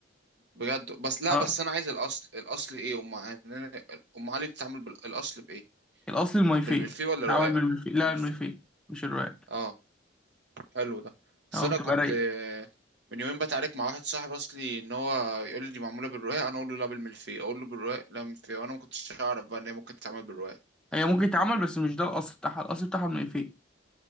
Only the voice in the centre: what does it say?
اه
الأصل الملوخية
عمل
من الملوخية لا
الملوخية مش الرقاق
اه
بتبقى
رايقة
هي ممكن تتعمل بس مش ده الأصل بتاعها الأصل بتاعها الملوخية